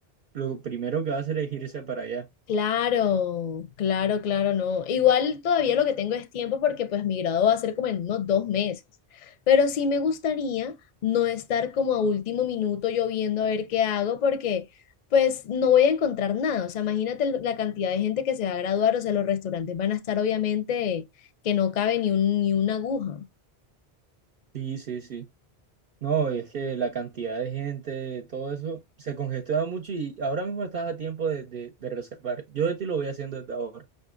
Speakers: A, on the right (about 60°); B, on the left (about 55°).
A: lo primero que va a hacer es irse para allá.
B: Claro, claro, claro, no. Igual todavía lo que tengo es tiempo porque pues mi grado va a ser como en unos dos meses. Pero sí me gustaría no estar como a último minuto yo viendo a ver qué hago porque pues no voy a encontrar nada. O sea, imagínate el- la cantidad de gente que se va a graduar. O sea, los restaurantes van a estar obviamente que no cabe ni un, ni una aguja.
A: Sí, sí, sí. No, es que la cantidad de gente, todo eso, se congestiona mucho y ahora mismo estás a tiempo de, de- de reservar. Yo de ti lo voy haciendo desde ahora.